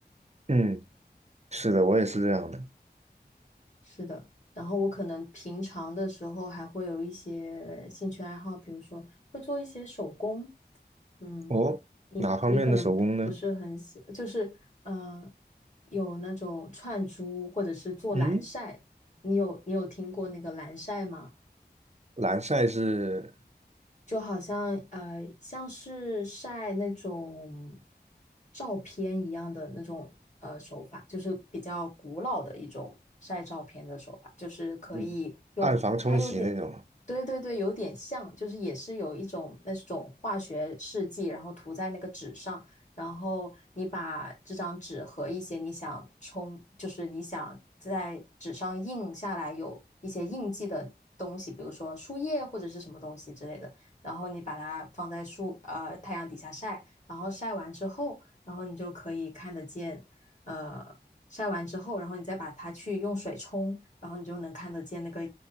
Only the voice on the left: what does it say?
是的，然后我可能平常的时候还会有一些兴趣爱好，比如说会做一些手工。嗯，
你你可能不不是很喜，
就是呃，有那种串珠或者是做蓝晒，
你有你有听过那个蓝晒吗？
就好像呃，像是晒那种照片一样的那种呃手法，就是比较古老的一种晒照片的手法，就是可以用它有点，
对对对，有点像，就是也是有一种那种化学试剂，然后涂在那个纸上，然后你把这张纸和一些你想冲，就是你想在纸上印下来有一些印记的东西，比如说树叶或者是什么东西之类的。然后你把它放在树呃太阳底下晒，然后晒完之后，然后你就可以看得见，呃，晒完之后，然后你再把它去用水冲，然后你就能看得见那个